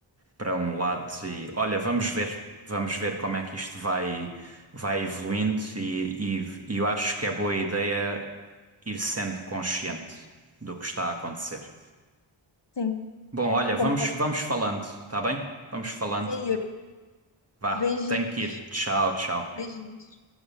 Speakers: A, on the right (about 30°); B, on the left (about 55°).
A: para um lado e olha, vamos ver, vamos ver como é que isto vai vai evoluindo e, e, e eu acho que é boa ideia ir sendo consciente do que está a acontecer.
B: Sim,
A: Bom, olha, vamos,
B: concordo.
A: vamos falando, tá bem? Vamos falando.
B: Sim, Yuri.
A: Vá,
B: Beijinhos.
A: tenho que ir. Tchau, tchau.
B: Beijinhos.